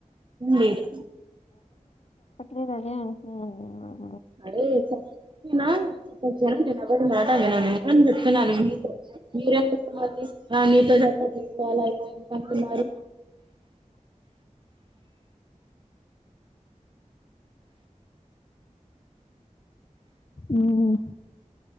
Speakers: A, on the right (about 35°); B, on the left (about 55°).
A: మీర్
B: ట్లేదదే అంటున్నాను నేను
A: అరే చప్పినా చెప్పచ్చను నేను ఎవరి మాట వినను. నేను చెప్తున్నాను మీతో, మీరు ఎందుకున్నారు నీతో చెప్పట్లే అలా ఇలా ఎందుకు అంటున్నారు
B: ఉమ్